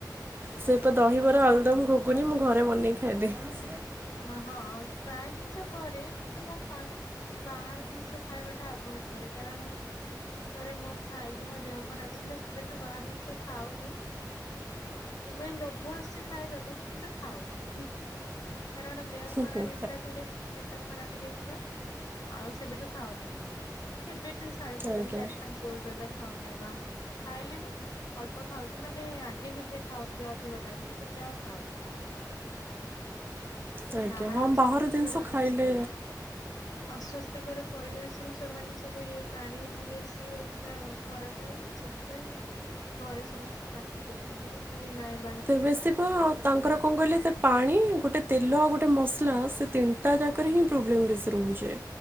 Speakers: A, on the right; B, on the left.
A: ସେଇ
B: ହଁ
A: ପା ଦହିବରା ଆଳୁଦମ ଗୁଗୁନି ମୁଁ ଘରେ ବନେଇକି ଖାଇଦିଏ।
B: ହଁ ହଁ ପ୍ରାୟ ଜିନିଷ ଘରେ କିନ୍ତୁ ମୁଁ ପା ବାହାର ଜିନିଷ ଖାଇବା ଟା ଆଭଏଡ କରେ କାରଣ ଥରେ ମୁଁ ଖାଇକି ମୋ ଦେହ ଖରାପ ହେଇଥିଲା ସେବେଠୁ ବାହାର ଜିନିଷ ଖାଉନି। ଏବେ ଲୋଭ ଆସୁଛି ଖାଇବାକୁ କିନ୍ତୁ ଖାଉନି। କାରଣ ଦେହ ଖରାପ
A: ଆଜ୍ଞା
B: ହେଇଥିଲା ଥରେ ପେଟ ଖରାପ ହେଇଯାଇଥିଲା ଆଉ ସେବେଠୁ ଖାଉନି। କେବେଠୁ ଛାଡି ସାରିଲିଣି
A: ଆଜ୍ଞା
B: ଚାରି ପାଞ୍ଚ ବର୍ଷ ହେଲା ଖାଉନି ଆଉ ବାହରୁ ଖାଇଲେ ବି ଅଳ୍ପ ଖାଉଛି ମାନେ ଆଗେ ଯେତେ ଖାଉଥିଲି ଅଧିକ ଟାଇମ ସେତେ ଆଉ ଖାଉନି।
A: ଆଜ୍ଞା
B: ବାହାର
A: ହଁ
B: ଅସ୍ୱସ୍ଥ୍ୟକାରକ
A: ଜିନିଷ ଖାଇଲେ
B: ଅସ୍ଵସ୍ଥ୍ୟକର ପରିବେଶ ରୁ ସେମାନେ ସବୁ ଏଇ ପାଣି ଇଏ ସିଏ ଏମତି ଆଉ ଖରାପ ହେବ ନା ସେଥିପାଇଁ ଘରେ ସମସ୍ତେ ପାତି କରୁଥିଲୁ ନାଇ ନାଇ
A: ତେବେ ଶୀ ପ ତାଙ୍କର କଣ କହିଲେ ତା ପାଣି ଗୋଟେ ତେଲ ଆଉ ଗୋଟେ ମସଲା ସେ ତିନିଟା ଯାକରେ ହିଁ ପ୍ରୋବ୍ଲେମ୍ ବେଶି ରହୁଛି।